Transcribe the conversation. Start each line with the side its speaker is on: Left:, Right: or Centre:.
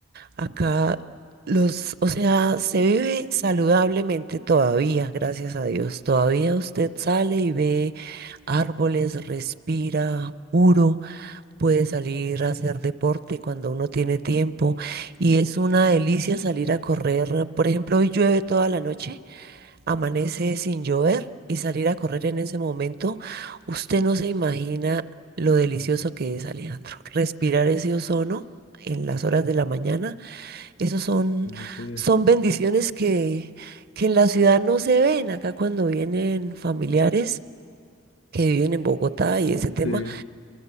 Right: Acá los, o sea, se vive saludablemente todavía, gracias a Dios. Todavía usted sale y ve árboles, respira puro, puede salir a hacer deporte cuando uno tiene tiempo y es una delicia salir a correr. Por ejemplo, hoy llueve toda la noche amanece sin llover y salir a correr en ese momento, usted no se imagina lo delicioso que es, Alejandro. Respirar ese ozono en las horas de la mañana, esos son,
Left: Ya, pues.
Right: son bendiciones que, que en la ciudad no se ven. Acá cuando vienen familiares que viven en Bogotá y ese tema,
Left: sí,